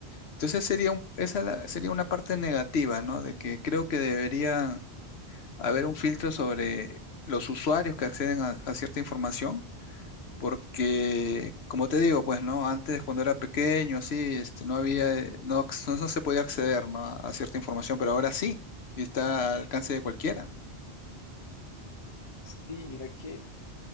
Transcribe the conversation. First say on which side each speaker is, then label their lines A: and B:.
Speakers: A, on the left; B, on the left.
A: Entonces sería un- esa la- sería una parte negativa, ¿no? De que creo que debería haber un filtro sobre los usuarios que acceden a, a cierta información, porque, como te digo, pues, ¿no? Antes, cuando era pequeño, así, este, no había, eh, no, ac- no se podía acceder, ¿no? a a cierta información, pero ahora sí, y está al alcance de cualquiera.
B: Sí, mira que